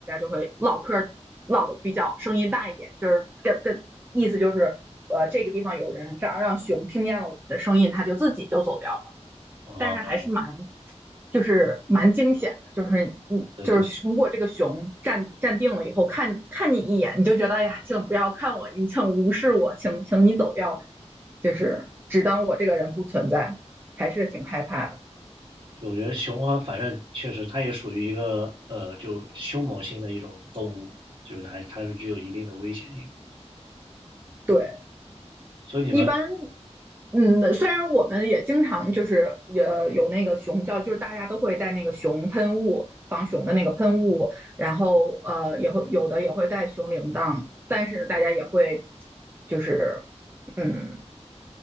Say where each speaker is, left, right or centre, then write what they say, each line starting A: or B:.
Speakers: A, on the right; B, on the right.
A: 会唠嗑唠的比较声音大一点，就是跟跟意思就是呃这个地方有人让让熊听见了我们的声音，它就自己就走掉了，
B: 哦，
A: 但是还是蛮就是蛮惊险的，就是你就是如果这个熊站站定了以后看看你一眼，
B: 对对，
A: 你就觉得哎呀，请不要看我，你请无视我，请请你走掉，就是只当我这个人不存在，还是挺害怕的，
B: 就我觉得熊和反正确实它也属于一个呃就凶猛性的一种动物，就是它它是具有一定的危险性的
A: 对。
B: 所以你们
A: 一般嗯，虽然我们也经常就是呃有那个熊叫，就是大家都会带那个熊喷雾、防熊的那个喷雾，然后呃也会有的也会带熊铃铛，但是呢，大家也会就是嗯，